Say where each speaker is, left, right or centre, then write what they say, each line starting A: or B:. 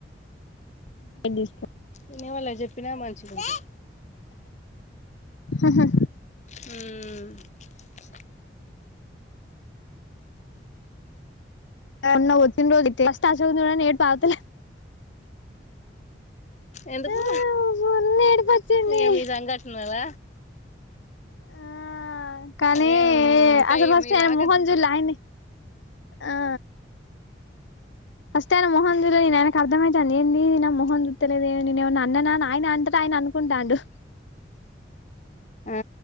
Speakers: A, on the left; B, on the left.
A: లైట్ తీసుకో
B: ఇంగా వాళ్ళకు జొప్పినా మం చి గుండదు
A: హాహా
B: ఊ
A: <unintelligible>
B: ఎందుకు
A: ఆ మొన్న ఏడుపు వచ్చింది
B: ఇక మీ సంఘటన వల
A: ఆ కానీ
B: ఏం ఇంకా
A: ఆసలు ఫస్ట్
B: మీ
A: ఆయన
B: దాకా
A: మోహం జూల్యా ఆయన్ని ఆ ఫస్ట్ ఆయన మోహమ్ జూల్యా నేను ఆయనకు అర్దం అయితాంది ఏంది నా మొహం మొహం చూత్తలేదే నేనేమన్న అన్న నా అని ఆయన అంతకు ఆయన అనుకుంటాండు
B: ఆ